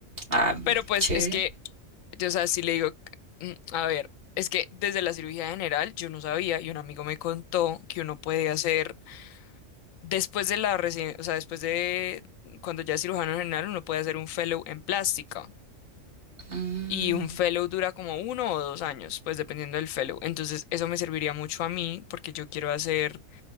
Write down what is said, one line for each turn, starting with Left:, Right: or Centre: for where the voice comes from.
Right: Ah,
Left: Pero pues
Right: chévere.
Left: es que, yo, o sea, si le digo, mm, a ver, es que desde la cirugía general yo no sabía y un amigo me contó que uno puede hacer Después de la reci- o sea, después de cuando ya es cirujano general, uno puede hacer un fellow en plástica.
Right: Mm,
Left: Y un fellow dura como uno o dos años, pues dependiendo del fellow. Entonces, eso me serviría mucho a mí porque yo quiero hacer